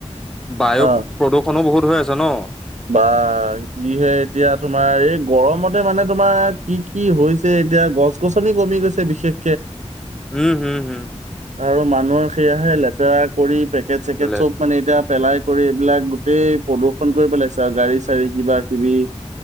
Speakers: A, in the centre; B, on the right.
A: বায়ু
B: অ
A: প্ৰদূষণো বহুত হৈ আছে ন
B: বা যিহে এতিয়া তোমাৰ এই গৰমতে মানে তোমাৰ কি কি হৈছে এতিয়া গছ গছনি কমি গৈছে বিশেষ
A: হম হম হম
B: আৰু মানুহ সেয়াহে লেতেৰা কৰি পেকেট চেকেট
A: লেট
B: চব মানে এতিয়া পেলাই কৰি এইবিলাক গোটেই প্ৰদূষণ কৰি পেলাইছে আৰু গাড়ী চাড়ী কিবা কিবি